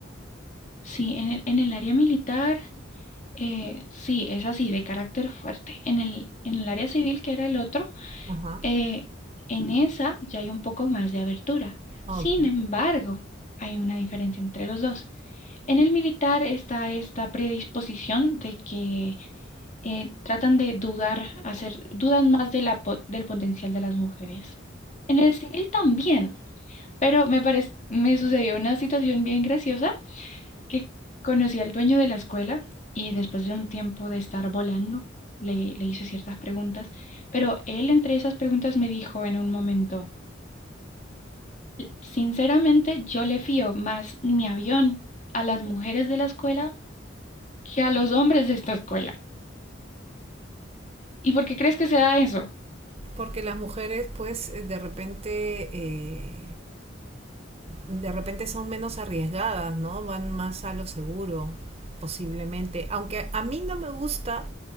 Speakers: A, on the left; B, on the right.
A: sí, en el, en el área militar, eh, sí, es así, de carácter fuerte. En el, en el área civil, que era el otro,
B: Ajá.
A: eh, en esa ya hay un poco más de abertura.
B: Ok.
A: Sin embargo, hay una diferencia entre los dos. En el militar está esta predisposición de que eh, tratan de dudar, hacer, dudan más de la, del potencial de las mujeres. En el civil también, pero me parece, me sucedió una situación bien graciosa que conocí al dueño de la escuela y después de un tiempo de estar volando, le, le hice ciertas preguntas, pero él entre esas preguntas me dijo en un momento, sinceramente yo le fío más mi avión a las mujeres de la escuela que a los hombres de esta escuela. ¿Y por qué crees que se da eso?
B: Porque las mujeres, pues, eh, de repente, eh, de repente son menos arriesgadas, ¿no? Van más a lo seguro, posiblemente. Aunque a mí no me gusta